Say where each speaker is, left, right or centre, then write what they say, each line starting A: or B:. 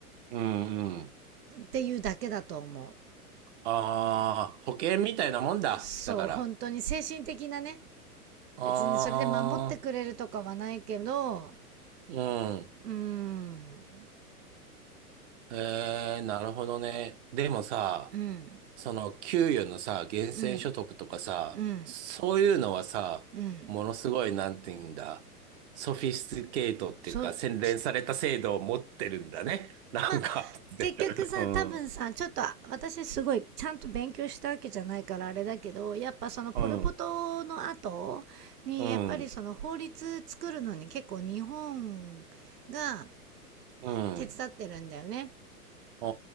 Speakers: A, on the right; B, on the right.
A: うん。うん。
B: っていうだけだと思
A: ああー、保険みたいなもんだ。
B: う。そう、
A: だから。
B: 本当に精神的なね。
A: ああ、
B: 別にそれで守ってくれるとかはないけど、
A: うん。
B: うーん、
A: えー、なるほどね。でもさ、
B: うん、
A: その給与のさ、源泉所得とかさ、
B: うん。うん。
A: そういうのはさ、
B: うん。
A: ものすごい、なんて言うんだ、ソフィスティケートっていうか、
B: そう、
A: 洗練された制度を持ってるんだね。
B: き
A: なんか、
B: まあ、
A: で、
B: 結局さ、
A: うん、
B: 多分さ、
A: うん、
B: ちょっと私すごいちゃんと勉強したわけじゃないからあれだけど、やっぱそのポルポトの後に、
A: うん、うん、
B: やっぱりその法律作るのに結構日本が
A: うん、
B: 手伝ってるんだよね。
A: う